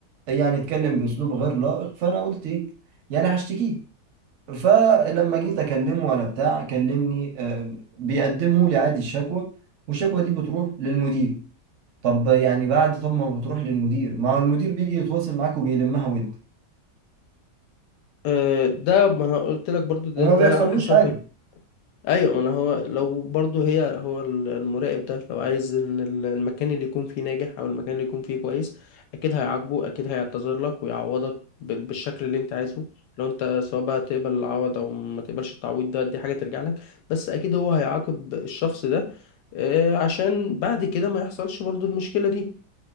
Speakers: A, on the right (about 70°); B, on the left (about 75°).
A: يعني اتكلم باسلوب غير لائق فانا قلت ايه يعني هشتكيه فلما جيت اكلمه ولا بتاع كلمني آه، بيقدموا لي عادي الشكوى والشكوى دي بتروح للمدير طب يعني بعد طب ما بتروح للمدير ما هو المدير بيجي يتواصل معاك وبيلمها ود
B: آه، ده ما أنا قلت لك برضو ده,
A: وما
B: ده
A: بيحصلوش
B: على حسب
A: حاجه
B: ايوه ما انا هو لو برضو هي هو ال- المراقب ده لو عايز ان ال- المكان اللي يكون فيه ناجح او المكان اللي يكون فيه كويس اكيد هيعاقبه اكيد هيعتذر لك ويعوضك بال- بالشكل اللي انت عايزه لو انت سواء بقى تقبل العوض او ما تقبلش التعويض ده دي حاجة ترجع لك بس اكيد هو هيعاقب الشخص ده آه، عشان بعد كده ما يحصلش برضو المشكلة دي